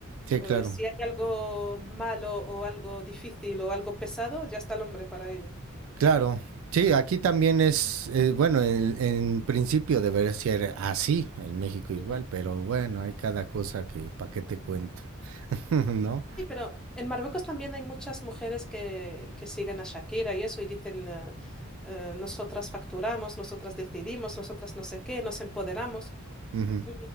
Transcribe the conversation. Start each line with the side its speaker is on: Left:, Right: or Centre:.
Right: Sí,
Centre: Eh,
Right: claro.
Centre: si hay algo malo o algo difícil o algo pesado, ya está el hombre para ello.
Right: Claro. Sí, aquí también es, eh, bueno, en, en principio debería ser así, en México igual,
Centre: Ujú.
Right: pero bueno, hay cada cosa que, ¿para qué te cuento? <laughs> ¿No?
Centre: Sí, pero en Marruecos también hay muchas mujeres que, que siguen a Shakira y eso y dicen, eh, eh, nosotras facturamos, nosotras decidimos, nosotras no sé qué, nos empoderamos.
Right: Ujú.
Centre: Mm,